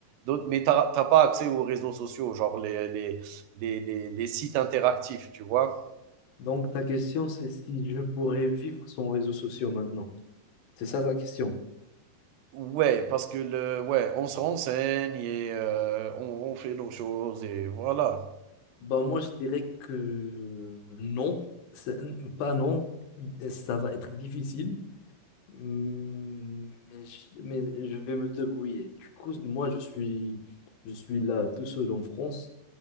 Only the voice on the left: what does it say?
Donc ta question, c'est si je pourrais vivre sans réseaux sociaux maintenant. C'est ça ta question.
Bah moi, je dirais que non, C'est- pas non, ça va être difficile. Hmm, Mais je, mais je vais me débrouiller. Du coup, moi, je suis, je suis là tout seul en France.